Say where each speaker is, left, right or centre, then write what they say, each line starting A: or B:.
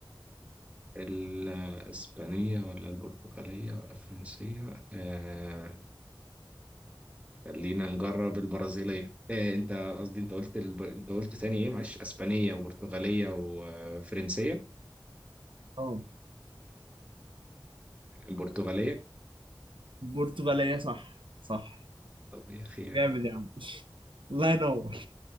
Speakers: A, on the right (about 15°); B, on the right (about 80°).
A: الإسبانية ولا البرتغالية ولا الفرنسية آه خلينا نجرب البرازيلية آه أنت قصدي أنت قلت الب... أنت قلت تاني إيه معلش إسبانية وبرتغالية وفرنسية
B: اه
A: البرتغالية
B: البرتغاليه صح صح
A: طب يا خير
B: جامد يا عم الله ينور